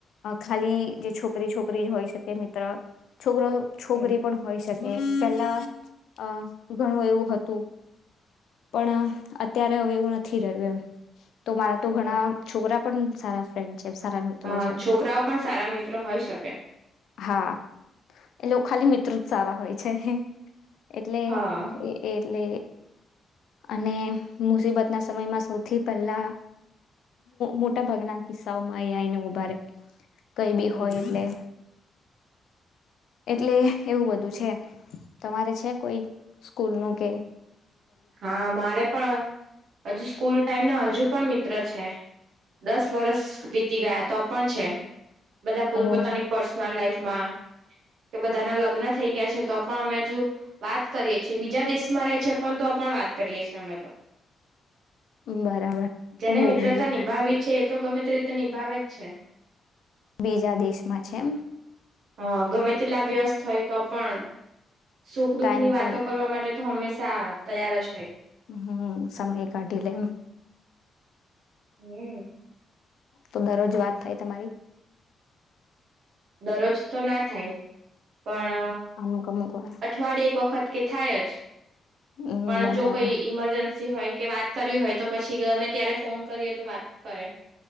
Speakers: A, on the left; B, on the right.
A: ખાલી જે છોકરી છોકરી જ હોય, શકે મિત્ર છોકરો છોકરી
B: હમ
A: પણ હોય શકે પેલા અ ઘણું એવું હતું પણ અત્યારે હવે એવું નથી, રહ્યું એમ તો મારા તો
B: હમ
A: ઘણા છોકરા પણ સારા ફ્રેન્ડ છે સારા મિત્રો
B: હા
A: છે
B: છોકરાઓ પણ સારા મિત્રો હોય શકે
A: હા એ લોકો ખાલી મિત્ર જ સારા હોય છે, એટલે
B: હા
A: એટલે અને મુસીબત ના સમયમાં સૌથી પહેલા મોટા ભાગના સમાંઈને ઉભારે કઈ બી
B: હમ
A: હોય એટલે એટલે એવું બધું છે, તમારે છે? કોઈ સ્કૂલ નુ? ઓકે
B: હા મારે પણ હજુ સ્કૂલ ટાઈમ ના હજુ પણ મિત પ છે દસ વર્ષ વીતી ગયા તો પણ છે, બધા પો
A: ઓહ
B: પોતાની પર્સનલ લાઈફમાં કે બધાના લગ્ન થઈ ગયા છે, તો પણ અમે હજુ વાત કરીએ છીએ બીજા દેશ મારે્યા છે પણ તો પણ વાત કરીએ છીએ, અમે તો
A: બરાબર
B: જેને
A: ઓહ
B: મિત્રતા
A: બીજું
B: નિભાવી છે, તો ગમે તે રીતે નિભાવે જ છે,
A: બીજા દેશમાં છે, એમ
B: હા ગમે તેટલા વ્યસ્ત હોય તો પણ સુખ દુઃખ
A: ટાઈમ
B: ની વાતો
A: કાઢ
B: કરવા માટે તો હંમેશા ચાર તૈયાર જ કઈ
A: હમ સમય કઢલેમ
B: હમ
A: તો દરરોજ વાત થાય તમારી
B: દરરોજ તો ના થાય પણ
A: અમુક અમુક વાર
B: અઠવાડિયે એક વખત કે થાય જ
A: હમ
B: પણ
A: બરાબર
B: જો કોઈ ઈમરજન્સી હોય કે વા કરવી હોય તો પછી ગમે ત્યારે ફોન કરીએ તો વાત કરે